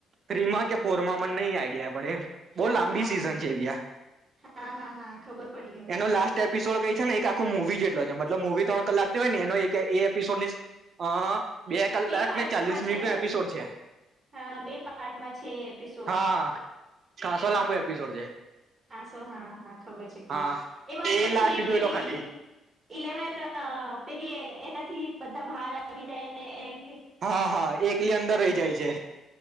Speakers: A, on the right; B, on the right.
A: થ્રીમા કે ફોરમા મને નઈ આઈડિયા, એમ. પડે બહુ
B: હા,
A: લાંબી
B: હા,
A: સિઝન
B: હા,
A: છે ભૈયા
B: હા, હા, હા ખબર પડી ગય.
A: એનો લાસ્ટ એપિસોડ કઈ છે ને એક આખો મુવી જેટલો છે. મતલબ મૂવી ત્રણ કલાકની હોય ને એનો એક એ એપિસોડ ની અહ બે કલાક
B: પાર્ટમાં
A: ને ચાલીસ મિનિટ
B: છે
A: નો
B: ને
A: એપિસોડ છે.
B: હા બે પાર્ટમાં છે એપિસોડ
A: હા ખાસો લાંબો
B: હા
A: એપિસોડ છે.
B: હા શો હા હા ખબર છે, ખબર
A: હા
B: છે. પછી
A: લાસ્ટ
B: એ
A: જોઈ
B: પેલી
A: લો ખાલી
B: ઇલેવન અહ પેલી એ એનાથી બધા બહાર આવી જેને એમ
A: હા હા એકલી અંદર રહી જાય જે.